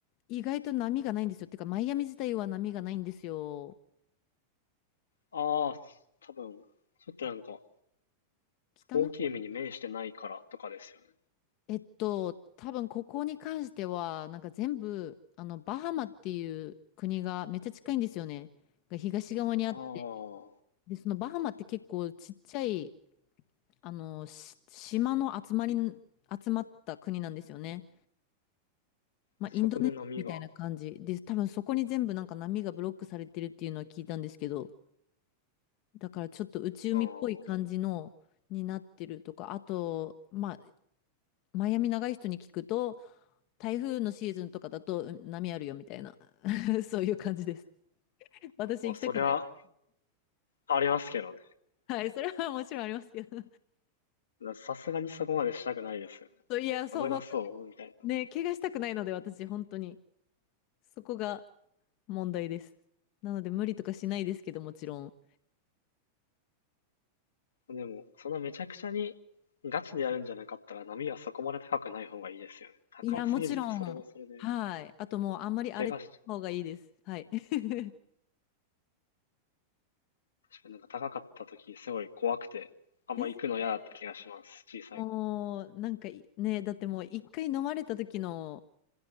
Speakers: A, on the left; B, on the left.
A: 意外と波がないんですよ。てか、マイアミ自体は波がないんですよ。
B: は。ああ、多分、ちょっとなんか、
A: 北の方、
B: 大きい海に面してないからとかですよね。
A: えっと、多分ここに関しては、なんか全部、あの、バハマっていう国がめっちゃ近いんですよね。が東側にあって。
B: ああ、
A: で、そのバハマって結構ちっちゃい、あの、し島の集まり、集まった国なんですよね。まあ、
B: そこで波が、
A: インドネシアみたいな感じで、多分そこに全部なんか波がブロックされてるっていうのは聞いたんですけど、だからちょっと内海っぽい感じのになってるとか、
B: ああ、
A: あと、まあ、マイアミ長い人に聞くと、台風のシーズンとかだとうん波あるよみたいな、<laughs> そういう感じです。私行きたくないので。
B: まあそれはありますけど
A: はい、それはもちろんありますけど。
B: ね。さすがにそこまでしたくないですよね。
A: そういや、そう、
B: 危なそう、
A: 本当に
B: みたいな。
A: ね、怪我したくないので、私、本当に。そこが問題です。なので、無理とかしないですけど、もちろん。
B: でも、そのめちゃくちゃにガチでやるんじゃなかったら波はそこまで高くない方がいいですよね。高すぎるとそれもそれで、
A: いや、もちろん。はい。あともう、あんまり荒れた方がいいです。
B: 怪我し、
A: はい。<laughs>
B: かなんか高かった時すごい怖くて、あんま行くの嫌だった気がします。
A: ですよね。
B: 小さい。
A: もう、なんかい、ね、だってもう、一回飲まれた時の、